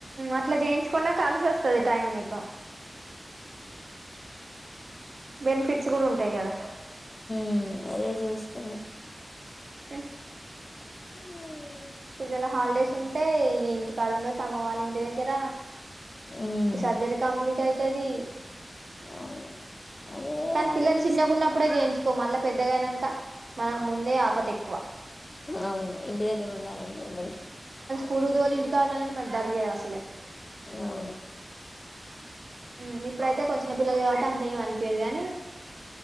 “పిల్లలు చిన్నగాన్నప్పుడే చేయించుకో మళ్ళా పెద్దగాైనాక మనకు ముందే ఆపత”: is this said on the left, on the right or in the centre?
Right